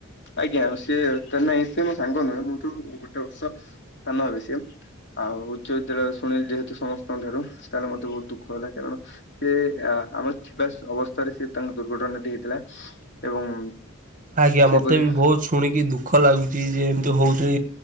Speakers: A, on the left; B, on the right.
A: ଆଜ୍ଞା ସିଏ ତ ନାଇଁ ସିଏ ମୋ ସାଙ୍ଗ ନୁହେଁ ମୋଠୁ ଗୋଟେ ବର୍ଷ ସାନ ହେବେ ସିଏ। ଆଉ ଉଚ୍ଚ ବିଦ୍ୟାଳୟ ଶୁଣିଲି ଯେହେତୁ ସମସ୍ତଙ୍କ ଠାରୁ ତାହେଲେ ମତେ ବୋହୁତ ଦୁଃଖ ହେଲା କାରଣ ସେ ଆମର ଥିବା ଅବସ୍ଥାରେ ସେ ତାଙ୍କ ଦୁର୍ଘଟଣାଟି ହେଇଥିଲା ଏବଂ
B: ଆଜ୍ଞା
A: ସେପରି
B: ମତେ ବି ବହୁତ ଶୁଣିକି ଦୁଃଖ ଲାଗୁଛି ଯେ ଏମିତି ହଉଛି।